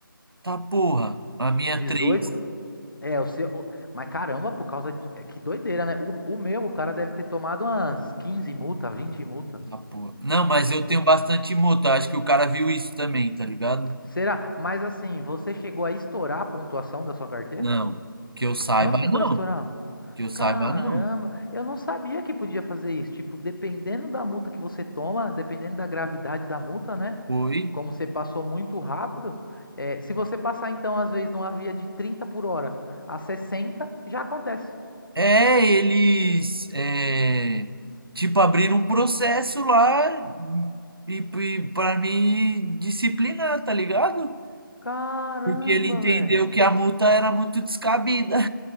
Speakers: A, on the right; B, on the left.
A: Tá porra. A minha
B: 18.
A: é três.
B: É, o seu. o- Mas caramba, por causa de. É, que doideira, né? O, o meu, o cara deve ter tomado umas 15 multa, 20 multa.
A: Tá porra. Não, mas eu
B: Vo-
A: tenho bastante moto. Acho que o cara viu isso também, tá ligado?
B: Será? Mas assim, você chegou a estourar a pontuação da sua carteira?
A: Não. Que eu saiba,
B: Não chegou
A: não.
B: a estourar?
A: Que eu saiba,
B: Caramba,
A: não.
B: eu não sabia que podia fazer isso. Tipo, dependendo da multa que você toma, dependendo da gravidade da multa, né?
A: Foi.
B: Como você passou muito rápido, é, se você passar, então, às vezes, numa via de 30 por hora a 60 já acontece.
A: É, eles é, tipo abriram um processo lá e, e para me disciplinar, tá ligado?
B: Caramba,
A: Porque ele entendeu
B: velho.
A: que a multa era muito descabida.